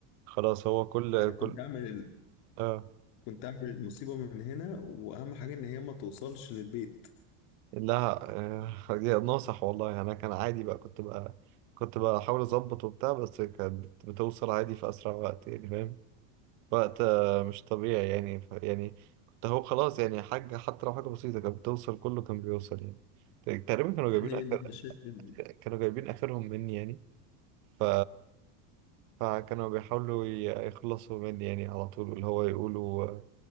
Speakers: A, on the right; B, on the left.
A: خلاص هو كل
B: انا كنت
A: كل
B: اعمل ال...
A: آه
B: كنت اعمل المصيبه من هنا واهم حاجه ان هي ما توصلش للبيت
A: لا آه، ناصح والله يعني انا كان عادي بقى كنت بقى كنت بحاول اظبط وبتاع بس كانت بت- بتوصل عادي في اسرع وقت يعني فاهم وقت آه، مش طبيعي يعني ف- يعني كنت هو خلاص يعني حاجه حتى لو حاجه بسيطه كانت بتوصل كله كان بيوصل يعني ت- تقريبا كانوا جايبين
B: هي
A: آخر
B: دي مشاكل
A: كانوا جايبين اخرهم مني يعني ف فكانوا بيحاولوا ي- يخلصوا مني يعني على طول اللي هو يقولوا